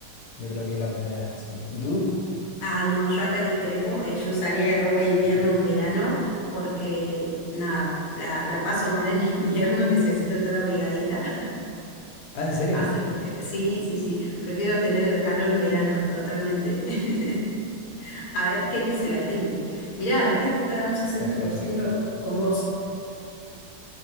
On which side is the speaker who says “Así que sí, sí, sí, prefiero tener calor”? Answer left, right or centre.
Left